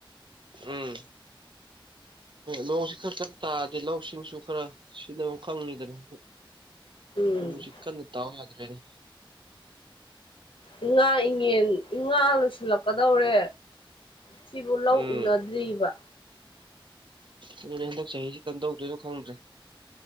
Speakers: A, on the right; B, on the left.
A: ꯎꯝ ꯅꯣꯡꯁꯤ ꯈꯔ ꯀꯟꯅ ꯇꯥꯔꯗꯤ ꯂꯧꯁꯤꯡꯁꯨ ꯈꯔ ꯁꯤꯖꯤꯟꯅꯐꯝ ꯈꯪꯉꯤꯗꯅ
B: ꯎꯝ
A: ꯅꯣꯡꯁꯤ ꯀꯟꯅ ꯇꯥꯎ ꯌꯥꯗꯔ꯭ꯦꯅꯦ
B: ꯏꯉꯥ ꯏꯉꯦꯟ ꯏꯉꯥ ꯂꯣꯏꯁꯤꯜꯂꯛꯀꯗꯧꯔꯦ ꯁꯤꯕꯨ ꯂꯧ
A: ꯎꯝ
B: ꯎꯅꯗ꯭ꯔꯤꯕ
A: ꯑꯗꯨꯅꯦ ꯍꯟꯗꯛ ꯆꯍꯤꯁꯦ ꯀꯝꯗꯧꯗꯣꯏꯅꯣ ꯈꯪꯗ꯭ꯔꯦ